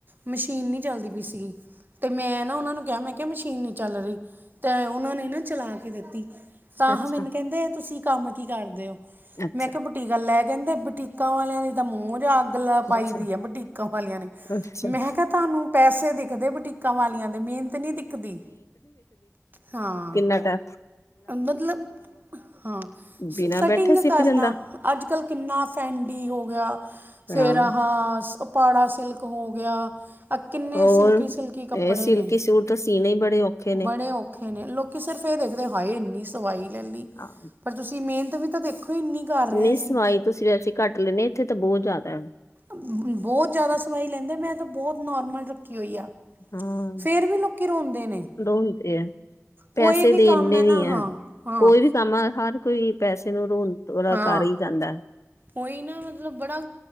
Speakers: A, on the right; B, on the left.
A: ਮਸ਼ੀਨ ਨੀ ਚੱਲਦੀ ਪਈ ਸੀਗੀ ਤੇ ਮੈਂ ਨਾ ਉਹਨਾਂ ਨੂੰ ਕਿਹਾ ਮੈਂ ਮਸ਼ੀਨ ਨੀ ਚੱਲ ਰਹੀ ਤੇਂ ਉਹਨਾਂ ਨੇ ਨਾ ਚਲਾ ਕੇ ਦਿੱਤੀ ਤਾਂ
B: ਅੱਛਾ
A: ਮੈਨੂੰ ਕਹਿੰਦੇ ਤੁਸੀਂ ਕੰਮ ਕੀ ਕਰਦੇ ਹੋ
B: ਅੱਛਾ
A: ਮੈਂ ਕਿਹਾ ਬੁਟੀਕਾ ਲੈ ਕਹਿੰਦੇ ਬਟੀਕਾਂ ਵਾਲਿਆਂ ਦੀ ਤਾਂ ਮੂੰਜ ਆ ਗਲਾ ਪਾਈ
B: ਅੱਛਾ
A: ਦੀਆ ਬਟੀਕਾਂ ਵਾਲਿਆਂ ਨੇ
B: ਅੱਛਾ
A: ਮੈਂ ਕਿਹਾ ਤੁਹਾਨੂੰ ਪੈਸੇ ਦੇ ਕਦੇ ਬੁਟੀਕਾਂ ਵਾਲਿਆਂ ਦੇ ਮਿਹਨਤ ਨੀ ਦਿਖਦੀ ਹਾਂ
B: ਏਹਦਾ
A: ਮਤਲਬ ਹਾਂ
B: ਬਿਨਾਂ
A: ਕਟਿੰਗ
B: ਬੈਠੇ ਸਿੱਪ
A: ਕਰਨਾ
B: ਜਾਂਦਾ
A: ਅੱਜ ਕੱਲ ਕਿੰਨਾ ਫੈਂਡੀ ਹੋ ਗਿਆ ਫੇਰ
B: ਹਾਂ
A: ਆਹਸ ਪਾੜਾ ਸਿਲਕ ਹੋ ਗਿਆ, ਆ ਕਿੰਨੇ
B: ਹੋਰ
A: ਸਿਲਕੀ- ਸਿਲਕੀ ਕੱਪੜੇ
B: ਇਹ ਸਿਲਕੀ
A: ਨੇ।
B: ਸੂਟ ਤਾਂ ਸੀਣੇ ਹੀ ਬੜੇ ਔਖੇ ਨੇ
A: ਬੜੇ ਔਖੇ ਨੇ, ਲੋਕੀ ਸਿਰਫ਼ ਇਹ ਦੇਖਦੇ ਹਾਏ ਇੰਨੀ ਸਵਾਈ ਲੈ ਲਈ।
B: ਆਹ।
A: ਪਰ ਤੁਸੀਂ ਮਿਹਨਤ ਵੀ ਤਾਂ ਦੇਖੋ ਇੰਨੀ। ਕਰ ਰਹੇ
B: ਨਹੀਂ
A: ਅਸੀਂ
B: ਸਵਾਈ ਤੁਸੀਂ ਵੈਸੇ ਘੱਟ ਲੈਂਦੇ ਇੱਥੇ ਤਾਂ ਬਹੁਤ ਜ਼ਿਆਦਾ ਹੈ।
A: ਬਹੁਤ ਜ਼ਿਆਦਾ ਸਵਾਈ ਲੈਂਦੇ, ਮੈਂ ਤਾਂ ਬਹੁਤ ਨੋਰਮਲ ਰੱਖੀ ਹੋਈ ਆ।
B: ਹੂੰ,
A: ਫਿਰ ਵੀ ਲੋਕੀ ਰੋਂਦੇ ਨੇ
B: ਦੋ ਲਿਤੇ ਹੈ। ਪੈਸੇ
A: ਕੋਈ ਵੀ
B: ਦੇਨੇ
A: ਕੰਮ ਹੈ
B: ਨੀ
A: ਨਾ ਹਾਂ
B: ਐ,
A: ਹਾਂ
B: ਕੋਈ ਵੀ। ਤੁਹਾਨੂੰ ਹਰ ਕੋਈ ਪੈਸੇ ਨੂੰ ਰੋਣ ਥੋੜਾ
A: ਹਾਂ
B: ਕਰ ਹੀ ਜਾਂਦਾ।
A: ਉਹੀ ਨਾ ਮਤਲਬ ਬੜਾ